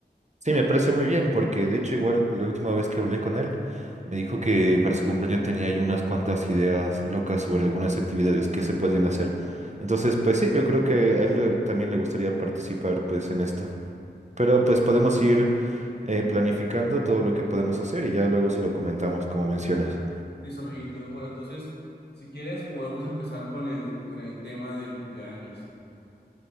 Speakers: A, on the right; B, on the left.
A: Sí, me parece muy bien, porque de hecho igual la última vez que hablé con él, me dijo que para su cumpleaños tenía ahí unas cuantas ideas locas sobre algunas actividades que se podían hacer. Entonces, pues sí, yo creo que a él le- también le gustaría participar pues en esto. Pero pues podemos ir eh, planificando todo lo que podemos hacer y ya luego se lo comentamos como mencionas.
B: Listo, amiguito. Bueno, entonces, si quieres, podemos empezar con el, con el tema del cumpleaños.